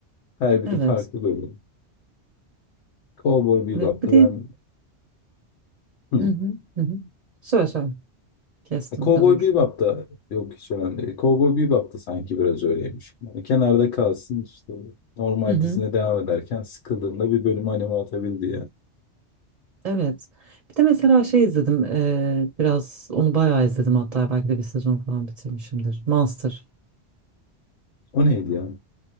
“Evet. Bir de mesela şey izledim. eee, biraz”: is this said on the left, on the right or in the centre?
Right